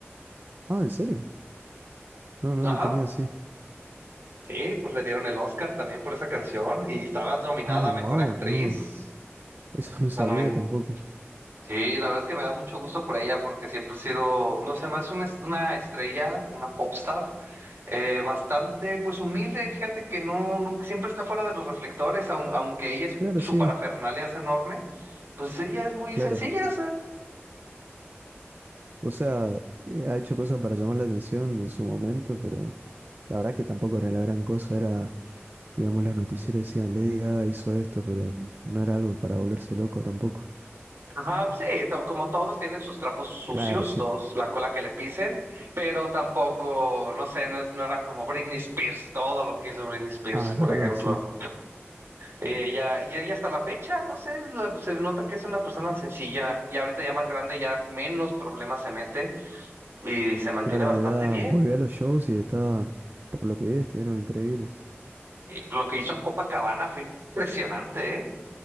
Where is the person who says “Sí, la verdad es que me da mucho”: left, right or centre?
Right